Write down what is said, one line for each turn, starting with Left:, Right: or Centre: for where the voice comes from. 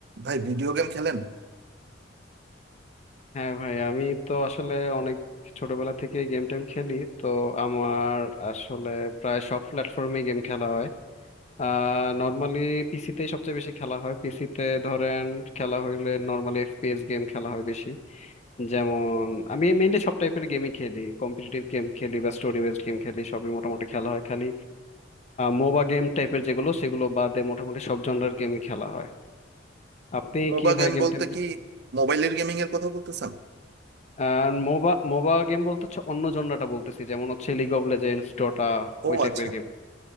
Right: ভাই video game খেলেন
Left: হ্যাঁ ভাই আমি তো আসলে অনেক ছোটবেলা থেকে গেম টেম খেলি তো আমার আসলে প্রায় সব প্ল্যাটফর্মে গেম খেলা হয় আহ নর্মালি পিসিতেই সবচেয়ে বেশি খেলা হয় পিসিতে ধরেন খেলা হইলে নর্মালি এফপিএস গেম খেলা হয় বেশি যেমন আমি মেইনলি সব টাইপের গেমই খেলি কম্পিটিটিভ গেম খেলি বা স্টোরি বেসড গেম খেলি সবই মোটামুটি খেলা হয় খালি মোবা গেম টাইপের যেগুলো সেগুলো বাদে মোটামুটি সব জনরার গেমই খেলা হয় আপনি
Right: MOBA
Left: কি
Right: game
Left: ভাই গেম
Right: বলতে
Left: টেম
Right: কি মোবাইলের গেমিং এর কথা বলতেছেন
Left: আর মোবা মোবা গেম বলতে হচ্ছে অন্য জনরাটা বলতেছি যেমন হচ্ছে লিগ অফ লেজেন্ডস ডটা
Right: ও
Left: ওই টাইপের
Right: আচ্ছা
Left: গেম